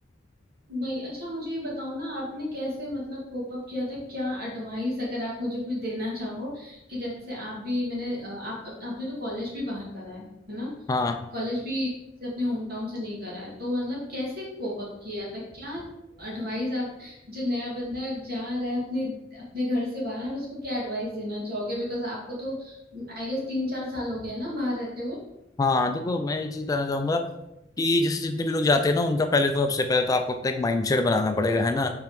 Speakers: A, on the right; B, on the left.
A: वही अच्छा मुझे ये बताओ ना आपने कैसे मतलब कोप अप किया था क्या एडवाइस अगर आप मुझे कुछ देना चाहो कि जैसे आप भी मैंने अ, आप आप- आपने तो कॉलेज भी बाहर करा है है ना
B: हाँ
A: कॉलेज भी से अपने होम टाउन से नहीं करा है तो मतलब कैसे कोप अप किया था क्या एडवाइस आप जो नया बंदा जा रहा है अपने अपने घर से बाहर उसको क्या एडवाइस देना चाहोगे बिकॉज आपको तो आई गेस तीन चार साल हो गए हैं ना बाहर रहते हुए
B: हाँ देखो मैं एक चीज कहना चाहूंगा कि जैसे जितने भी लोग जाते हैं ना उनका पहले तो सबसे पहले तो आपको अपना एक माइंडसेट बनाना पड़ेगा है ना